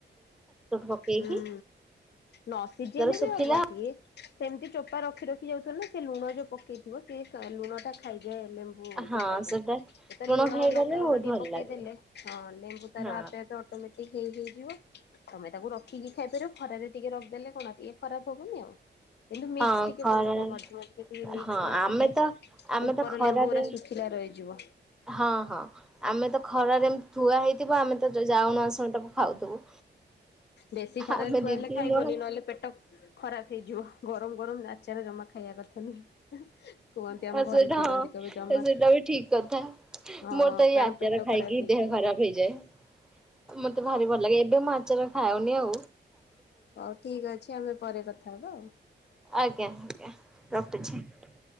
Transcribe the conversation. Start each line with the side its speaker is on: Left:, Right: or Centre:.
Centre: ପକେଇକି
Left: ହୁଁ ନ ସିଝିଲେ
Centre: ତାର ଶୁଖିଲା
Left: ବି ହବ ସିଏ ସେମିତି ଚୋପା ରଖି ରଖି ଯାଉଥିଲ ନା ସେ ଲୁଣ ଯୋଉ ପକେଇଥିବ ସେ ଲୁଣ ଟା ଖାଇଯାଏ ଲେମ୍ବୁ
Centre: ହଁ
Left: ଚୋପାକୁ
Centre: ସେଟା
Left: ଏ ତ ଲୁଣ
Centre: ଖାଇଦେଲେ
Left: ଲଙ୍କାଗୁଣ୍ଡ
Centre: ବହୁତ
Left: ଟିକେ
Centre: ଭଲ
Left: ପକେଇ
Centre: ଲାଗେ
Left: ଦେଲେ ହଁ ଲେମ୍ବୁ ତାର
Centre: ହଁ
Left: ଆପେ ଆପେ ଅଟୋମେଟିକ ହେଇଯିବ ତମେ ତାକୁ ରଖିକି ଖାଇପାରିବ ଖରାରେ ଟିକେ ରଖିଦେଲେ କଣ ଟିକେ ଖରାପ ହବନି ଆଉ। କିନ୍ତୁ ମିକ୍ସ
Centre: ହଁ
Left: ଟିକେ
Centre: ଖରାରେ
Left: କରହୁଥିବ ମଝି ମଝିରେ ଟିକେ ମିକ୍ସ
Centre: ହଁ
Left: ନ
Centre: ଆମେ
Left: କଲେ
Centre: ତ ଆମେ
Left: ଉପର
Centre: ତ ଖରାରେ
Left: ଲେମ୍ବୁ ଗୁରା ଶୁଖିଲା ରହିଯିବ।
Centre: ହଁ ହଁ ଆମେ ତ ଖରାରେ ଥୁଆ ହେଇଥିବ ଆମେ ତ ଯାଉନ ଆସୁ ତାକୁ ଖାଉଥିବୁ
Left: ବେଶୀ ଖରାରେ
Centre: ଆମେ
Left: ଥୁଆ
Centre: ଦିଦି
Left: ହେଲେ ଖାଇବନି
Centre: ମୁ
Left: ନହେଲେ ପେଟ ଖରାପ ହେଇଯିବ। ଗରମ ଗରମ ଆଚାର ଜମା ଖାଇବା କଥା ନୁହେଁ କୁହନ୍ତି ଆମ
Centre: ସେଇଟା
Left: ଘରେ ଚିଡନ୍ତି
Centre: ହଁ
Left: କହିବେ ଜମା
Centre: ସେଇଟା
Left: ହଁ
Centre: ବି ଠିକ କଥା। ମୋର ତ ଏଇ
Left: କାରଣ
Centre: ଆଚାର
Left: ପେଟ
Centre: ଖାଇକି
Left: ଖରାପ ହେଇଯଏ।
Centre: ଦେହ ଖରାପ ହେଇଯାଏ। ମତେ ଭାରି ଭଲ ଲାଗେ ଏବେ ଆଚାର ଖାଉ ନିଓ।
Left: ହଉ ଠିକ ଅଛି, ଆମେ ପରେ କଥା ହବା ଆଉ ।
Centre: ଆଜ୍ଞା, ଆଜ୍ଞା ରଖୁଛି ।